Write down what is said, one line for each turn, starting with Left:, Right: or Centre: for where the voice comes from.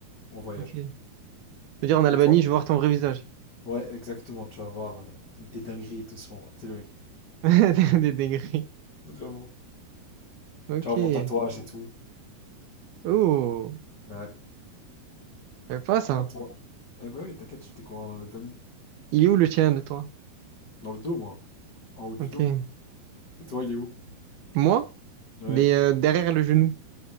Left: en voyage.
Right: Ok. Je veux dire, en Albanie,
Left: Et toi?
Right: je vais voir ton vrai visage.
Left: Ouais, exactement. Tu vas voir euh, des dingueries et tout sur moi. Tu sais, le mec.
Right: <laughs> Des des degrés.
Left: Vraiment.
Right: Ok.
Left: Tu vois mon tatouage et tout.
Right: Oh.
Left: Ouais.
Right: Je pas ça.
Left: À toi. Eh ben oui, t'inquiète, je t'ai découvert en Albanie.
Right: Il est où le tien de toi?
Left: Dans le dos, moi. En haut du
Right: Ok.
Left: dos. Et toi, il est où?
Right: Moi?
Left: Ouais.
Right: Il est euh, derrière le genou